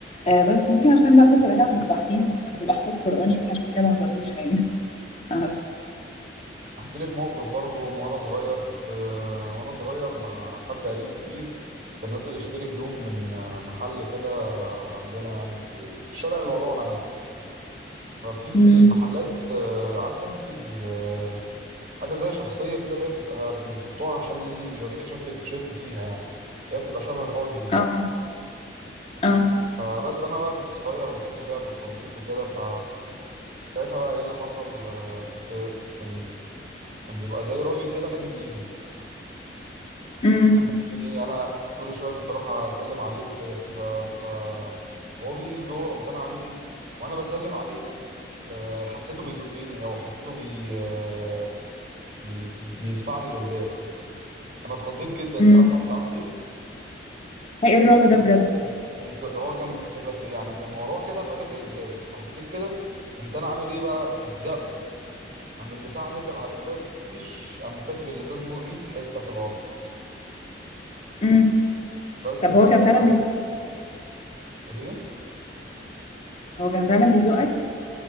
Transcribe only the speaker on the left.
آه بس يمكن عشان بقى كنت راجعة من التحفيظ <laughs> كنت بحفظ قرآن يمكن عشان كده ما حصليش حاجة <laughs> عارف
امم
اه اه
امم
امم
ايه الرعب ده بجد
امم
طب
هو
كان فعلا بيزقك
هو كان فعلا بيزقك